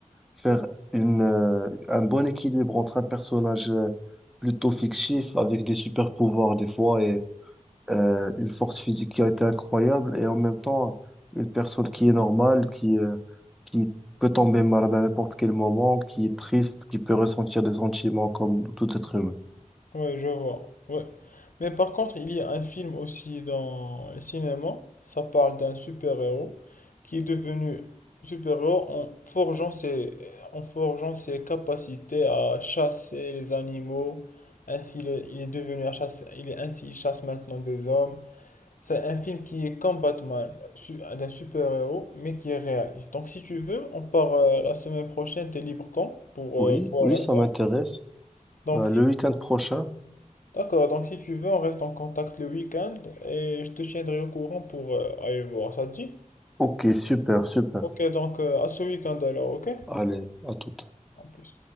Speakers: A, in the centre; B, on the left (about 75°).
A: faire une, euh, un bon équilibre entre un personnage euh, plutôt fictif avec des super pouvoirs des fois et euh, une force physique qui a été incroyable et en même temps une personne qui est normale, qui euh, qui peut tomber malade à n'importe quel moment, qui est triste, qui peut ressentir des sentiments comme tout être humain.
B: Ouais, je vois. Ouais. Mais par contre, il y a un film aussi dans le cinéma. Ça parle d'un super-héros qui est devenu super-héros en forgeant ses, en forgeant ses capacités à chasser les animaux. Ainsi, il est, il est devenu un chasse, il est ainsi, il chasse maintenant des hommes. C'est un film qui est comme Batman, su- d'un super-héros, mais qui est réaliste. Donc, si tu veux, on part euh, la semaine prochaine. T'es libre quand pour
A: Oui,
B: euh, voir
A: oui,
B: la
A: ça
B: séance?
A: m'intéresse.
B: Donc,
A: Bah, le week-end prochain.
B: D'accord, donc si tu veux, on reste en contact le week-end et je te tiendrai au courant pour euh, aller voir. Ça te dit?
A: Ok, super, super.
B: Ok, donc euh, à ce week-end alors, ok?
A: Allez, à tout.
B: En plus.